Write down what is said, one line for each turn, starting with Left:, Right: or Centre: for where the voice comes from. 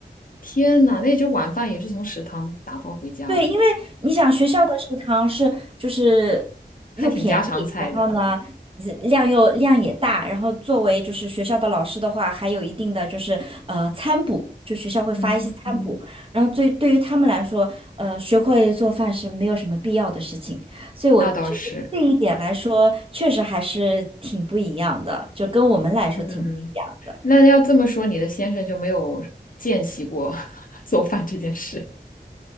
Left: 天呐，那就是晚饭也是从食堂打包回家哦，
Right: 对，因为你想学校的食堂是就是
Left: 还挺家常菜的。
Right: 又便宜，然后呢呃量又量也大，然后作为就是学校的老师的话，还有一定的就是呃餐补，就学校会发一些餐补，
Left: 嗯嗯，
Right: 然后对对于他们来说，呃学会做饭是没有什么必要的事情，所以我觉得这一点来说，
Left: 那倒是。
Right: 确实还是挺不一样的，就跟我们来说挺不一样的。
Left: 嗯，那要这么说，你的先生就没有见习过 <laughs> 做饭这件事，